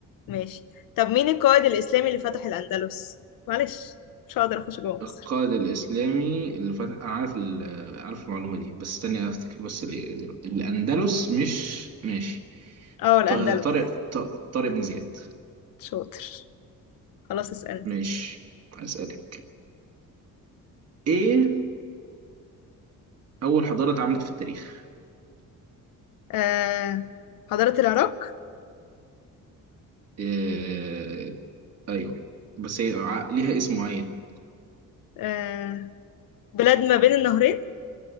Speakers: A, on the left; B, on the right.
A: ماشي طب مين القائد الإسلامي اللي فتح الأندلس معلش مش هقدر أخش جوه مصر
B: القائد الإسلامي اللي فتح أنا عارف ال... عارف المعلومة دي بس استني أفتكر بس ال... الأندلس مش ماشي
A: اه الأندلس
B: ط- طارق ط- طارق بن زياد
A: شاطر خلاص اسألني
B: ماشي أسألك إيه أول حضارة اتعملت في التاريخ؟
A: آه حضارة العراق
B: إيه... أيوه بس هي ع- ليها اسم معين
A: آه بلاد ما بين النهرين